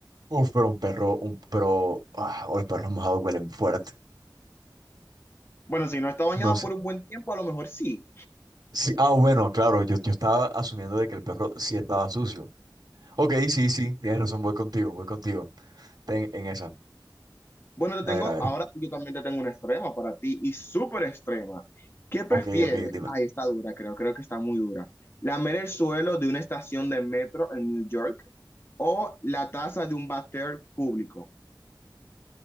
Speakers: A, on the right; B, on the left.
A: Uf, pero un perro, un pero, ah, o los perros mojados huelen fuerte.
B: Bueno, si no está bañada
A: No sé.
B: por un buen tiempo, a lo mejor sí.
A: Sí, ah, bueno, claro, yo, yo estaba asumiendo de que el perro sí estaba sucio. Ok, sí, sí, tienes razón, voy contigo, voy contigo. Ten en esa.
B: Bueno, te
A: A
B: tengo,
A: ver, a ver.
B: ahora sí, yo también te tengo una extrema para ti, y súper extrema. ¿Qué prefieres?
A: Ok, ok, dime.
B: Ay, está dura, creo, creo que está muy dura. ¿Lamer el suelo de una estación de metro en New York o la taza de un váter público?